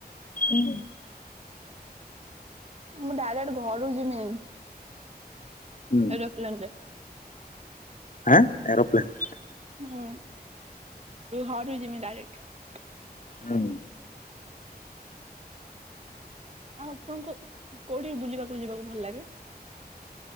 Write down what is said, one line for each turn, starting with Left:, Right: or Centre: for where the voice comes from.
Left: ହୁଁ।
Right: ମୁଁ ଡାଇରେକ୍ଟ ଘରକୁ ଯିମି
Left: ହୁଁ
Right: ଏରୋପ୍ଲେନ ରେ।
Left: ଆଁ ଏରୋପ୍ଲେନ୍।
Right: ହୁଁ ଘରକୁ ଯିମି ଡାଇରେକ୍ଟ ।
Left: ହୁଁ ।
Right: ଆଉ ଆପଣଙ୍କୁ କୋଉଠି ବୁଲିବାକୁ ଯିବାକୁ ଭଲ ଲାଗେ?